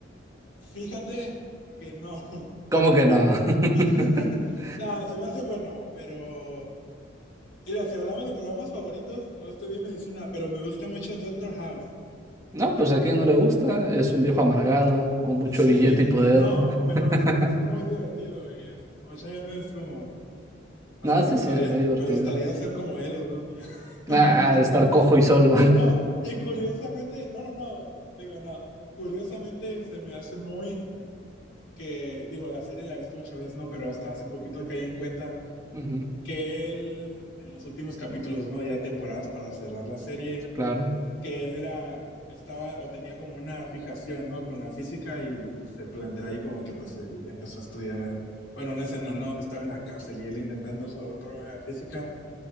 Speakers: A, on the left; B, on the right.
A: fíjate que no,
B: ¿Cómo que no? <laughs>
A: <laughs> no, se me hace bueno, pero mira, si hablamos de programas favoritos, no estudié medicina, pero me gusta mucho Doctor House.
B: No, pues a quien no le gusta, es un viejo amargado, con mucho
A: Sí,
B: billete y poder.
A: no,
B: <laughs>
A: pero se me hace muy divertido y es- mucha gente es como, hasta
B: No, sí,
A: me gustaría,
B: sí, es muy divertido.
A: me gustaría ser como él algún día. <laughs>
B: Ah, ah, estar cojo y solo. <laughs>
A: No, y curiosamente, no, no, no, digo, no, curiosamente se me hace muy que, digo, la serie la he visto muchas veces, no, pero hasta hace poquito caí en cuenta
B: Ujú,
A: que él en los últimos capítulos, no, ya temporadas para cerrar la serie
B: sí, claro.
A: que él era, estaba o tenía como una fijación, ¿no? Con la física y, y se plantea ahí como que pues él empezó a estudiar, eh, bueno, una escena, ¿no? Donde estaba en la cárcel y él intentando resolver el problema de física.